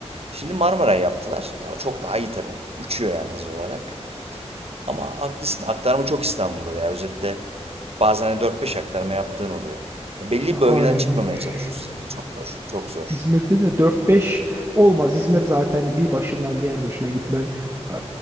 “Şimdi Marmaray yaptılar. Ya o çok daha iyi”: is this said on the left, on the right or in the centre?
Right